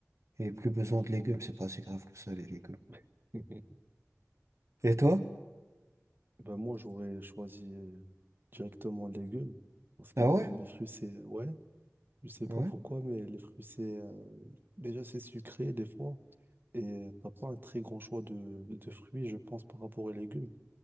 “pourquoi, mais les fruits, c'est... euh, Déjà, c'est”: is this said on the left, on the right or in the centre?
Right